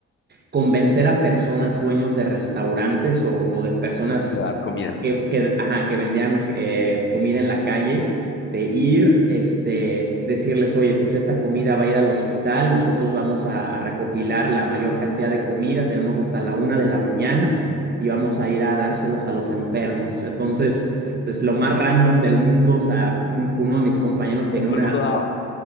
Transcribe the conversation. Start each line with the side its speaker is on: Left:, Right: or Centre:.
Right: convencer a personas dueños de restaurantes o o de personas
Left: De dar comida.
Right: que, que, ajá, que vendían eh, comida en la calle, de ir, este, decirles, oye, pues esta comida va a ir al hospital, nosotros vamos a, a recopilar la mayor cantidad de comida, tenemos hasta la una de la mañana y vamos a ir a dárselos a los enfermos. Entonces, pues lo más random del mundo, o sea, un- uno de mis compañeros tenía
Left: Todo
Right: una,
Left: el mundo daba.